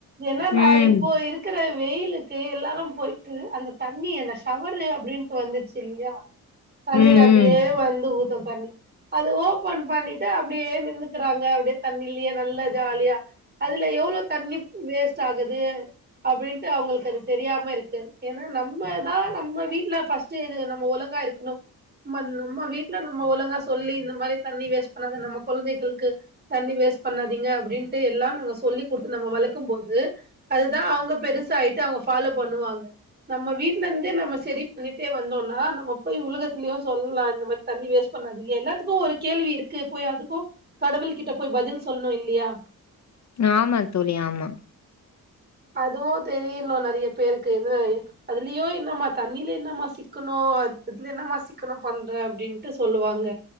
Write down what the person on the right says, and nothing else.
என்னடா
இப்போ இருக்கு வெயிலுக்கு எல்லாரும் போயிட்டு அந்த தண்ணி அந்த ஷவரு அப்படின்ட்டு வந்துச்சு இல்லையா <inaudible> கலையில
அப்படியே
வந்து <unintelligible> தண்ணி அது ஓபன் பண்ணிட்டு அப்படியே நின்னுக்கிறாங்க அப்படியே தண்ணி இல்லையே நல்ல ஜாலியா அதுல எவ்ளவு தண்ணி வேஸ்ட் ஆகுது அப்படின்ட்டு அவங்களுக்கு அது தெரியாம இருக்கு ஏன்னா நம்மதான் நம்ம வீட்டுல ஸ்ட் இது நம்ம ஒலங்கா இருக்கணும் <inaudible> நம்மவீட்டுல நம்ம ஒழுங்கா சொல்லி இந்த மாதிரி தண்ணி வேஸ்ட் பண்ணாத நம்ம குழந்தைகளுக்கு தண்ணி வேஸ்ட் பண்ணாதீங்க அப்படின்ட்டு எல்லாம் நாங்க சொல்லி குடுத்து நம்ம வளர்க்கும் போது அதுதான் அவங்க பெருசா ஆயிட்டு அவங்க ஃபாலோ பண்ணுவாங்க நம்ம வீட்டுல இருந்தே நம்ம சரி பண்ணிட்டே வந்தோம்னா நம்ம போய் உலக இதுலயும் சொல்லலாம் இந்த மாதிரி தண்ணி வேஸ்ட் பண்ணாதீங்க எல்லாத்துக்கும் ஒரு கேள்வி இருக்கு போய் அதுக்கும் கடவுள் கிட்ட போய் பதில் சொல்லணும் இல்லையா <inaudible>
அதுவும் தெரியலும் நிறைய பேருக்கு அதுலயோ என்னம் தண்ணில என்னமா சிக்கணும் இதுல என்னம் சிக்கணும் பண்ற அப்படின்ட்டு சொல்லுவாங்க